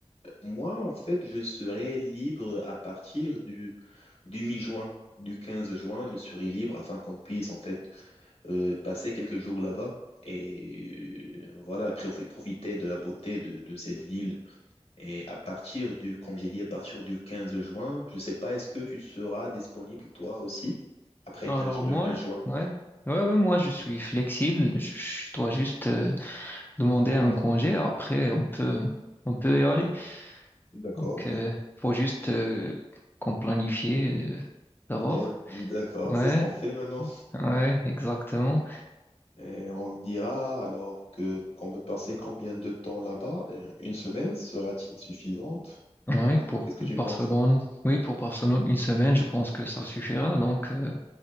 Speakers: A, on the left; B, on the left.
A: moi, en fait, je serai libre à partir du, du mi-juin, du 15 juin, je serai libre afin qu'on puisse, en fait, euh, passer quelques jours là-bas et euh, voilà, après, vous profiter de la beauté de, de cette ville. Et à partir du, comme j'ai dit, à partir du 15 juin, je sais pas, est-ce que tu seras disponible toi aussi après
B: Alors
A: quinze ju-
B: moi,
A: le 15
B: je-
A: juin?
B: ouais, ouais, ouais, moi je suis flexible. Je, je dois juste euh, demander un congé. Après, on peut, on peut y aller.
A: D'accord.
B: Donc, euh, faut juste euh, qu'on planifie euh, d'abord.
A: Eh, D'accord,
B: Ouais,
A: c'est ce qu'on fait maintenant.
B: ouais, exactement.
A: Et on dira alors que qu'on peut passer combien de temps là-bas? Euh, Une semaine sera-t-il suffisante?
B: Ouais, pour
A: Qu'est-ce que
B: Barcelone.
A: tu penses?
B: Oui, pour Barcelone, une semaine, je pense que ça suffira. Donc, euh,